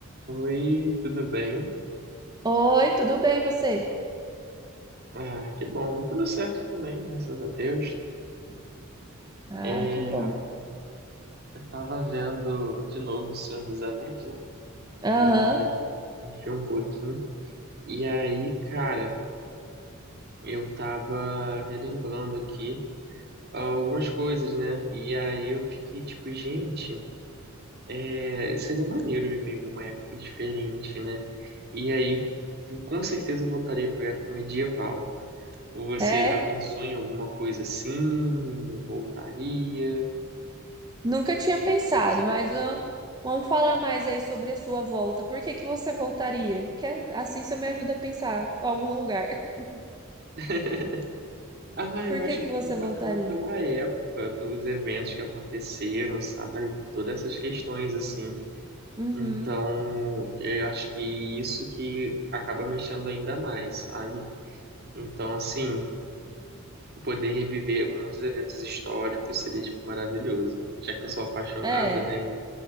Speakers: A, on the right (about 50°); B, on the right (about 20°).
A: Oi, tudo bem?
B: Oi, tudo bem você?
A: Ah, que bom, tudo certo também, graças a Deus.
B: Ah,
A: É,
B: que bom.
A: tava vendo de novo O Senhor dos Anéis, né?
B: Aham,
A: Deu vontade de assistir um pouquinho. E aí, cara, eu tava relembrando aqui algumas coisas, né? E aí eu fiquei tipo, gente, é, seria maneiro viver em uma época diferente, né? E aí, com certeza eu voltaria pra época medieval. Ou você
B: é.
A: já pensou em alguma coisa assim? Eu voltaria?
B: Nunca tinha
A: Alguma
B: pensado,
A: coisa que você
B: mas
A: já pensou?
B: ó, vamos falar mais aí sobre a sua volta. Por que que você voltaria? Que é- assim você me ajuda a pensar algum lugar. <laughs>
A: <laughs> Ah,
B: Por
A: eu acho
B: que que você
A: bacana
B: voltaria?
A: pela época, pelos eventos que aconteceram, sabe? Por todas essas questões, assim.
B: Uhum.
A: Então, eu acho que isso que acaba mexendo ainda mais, sabe? Então, assim, poder reviver muitos eventos históricos seria, tipo, maravilhoso. Já que eu sou apaixonado,
B: É.
A: né?